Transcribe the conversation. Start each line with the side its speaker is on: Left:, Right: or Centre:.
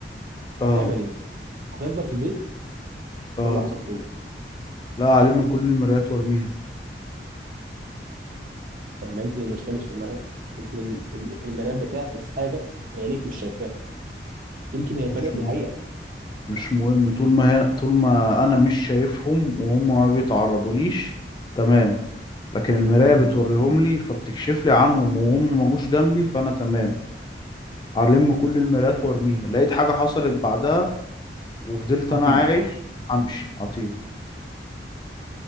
Left: اه
Right: هتعمل ايه هتفضل في البيت
Left: اه
Right: ولا هتخرج
Left: لا عليه من كل المرايات وارميها
Right: طب ما يمكن المشكله مش في المرايه يمكن ال- ال- المرايه بتعكس حاجه عينيك مش شايفاها يمكن هي
Left: مش
Right: طريقك
Left: مهم
Right: للحقيقه
Left: مش مهم طول ما هي طول ما انا مش شايفهم وهم ما بيتعرضوا ليش تمام لكن المراية
Right: امم
Left: بتوريهم لي فبتكشف لي عنهم وهم ما جوش جنبي فانا تمام هلم كل المرايات وارميها لقيت حاجة حصلت بعدها وفضلت
Right: خطير
Left: انا عايش همشي هطير